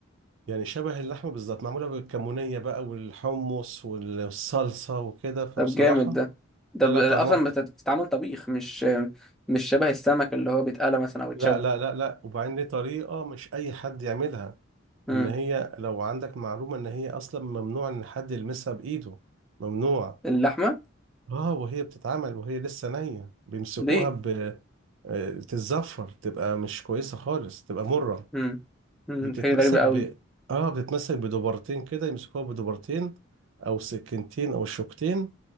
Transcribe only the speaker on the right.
يعني شبه اللحمة بالظبط معمولة بالكمونية بقى والحمص والصلصة وكده فبصراحة
لا لا
طعمها
لا لا لا لا وبعدين دي طريقة مش أي حد يعملها
ان هي لو عندك معلومة ان هي اصلا ممنوع ان حد يلمسها بايده ممنوع
اه وهي بتتعمل وهي لسه نية بيمسكوها
ب آه، تتزفر تبقى مش كويسة خالص تبقى مرة
دي بتتمسك
ب اه بتتمسك بدبرتين كده يمسكوها بدبرتين او سكينتين او شوكتين